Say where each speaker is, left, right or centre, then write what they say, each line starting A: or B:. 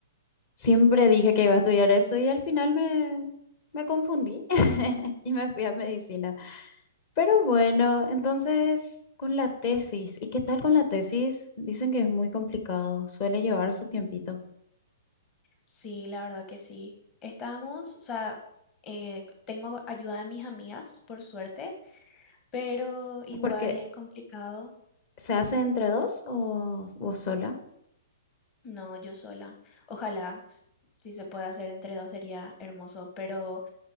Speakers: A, on the left; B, on the left.
A: siempre dije que iba a estudiar eso y al final me, me confundí <laughs> y me fui a medicina. Pero bueno, entonces con la tesis, ¿y qué tal con la tesis? Dicen que es muy complicado, suele llevar su tiempito.
B: Sí, la verdad que sí. Estamos, o sea, eh, tengo ayuda de mis amigas, por suerte, pero igual
A: Porque
B: es complicado.
A: se hace entre dos o vos sola.
B: No, yo sola. Ojalá, s- si se puede hacer entre dos sería hermoso, pero